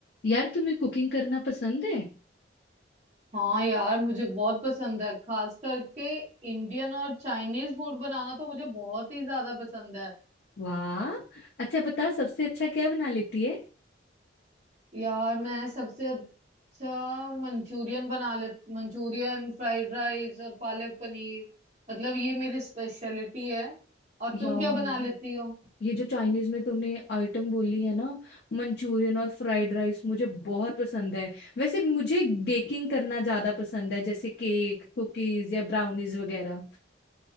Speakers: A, on the left (about 55°); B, on the right (about 35°).
A: यार तुम्हें कुकिंग करना पसंद है
B: हाँ यार मुझे बहुत पसंद है खास करके इंडियन और चाइनीज फूड बनाना तो मुझे बहुत ही ज्यादा पसंद है
A: वाह अच्छा बता सबसे अच्छा क्या बना लेती है
B: यार मैं सबसे अच्छा मंचूरियन बना ले मंचूरियन फ्राइड राइस और पालक पनीर मतलब ये मेरी स्पेशलिटी है और
A: यार
B: तुम क्या बना लेती हो
A: ये जो चाइनीज में तूने आइटम बोली है ना मंचूरियन और फ्राइड राइस मुझे बहुत पसंद है वैसे मुझे बेकिंग करना ज्यादा पसंद है जैसे केक कुकीज या ब्राउनीज वगैरह